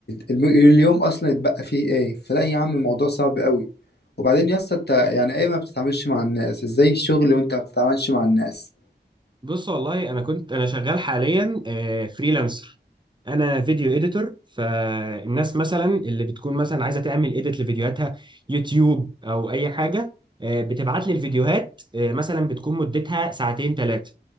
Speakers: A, on the left; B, on the right.
A: الم- اليوم اصلا اتبقى فيه ايه فلا يا عم الموضوع صعب قوي وبعدين يا اسطى انت يعني ايه ما بتتعاملش مع الناس ازاي الشغل وانت ما بتتعاملش مع الناس
B: بص والله انا كنت انا شغال حاليا فريلانسر انا فيديو اديتور فالناس مثلا اللي بتكون مثلا عايزه تعمل اديت لفيديوهاتها يوتيوب او اي حاجه آه، بتبعت لي الفيديوهات آه، مثلا بتكون مدتها ساعتين ثلاثه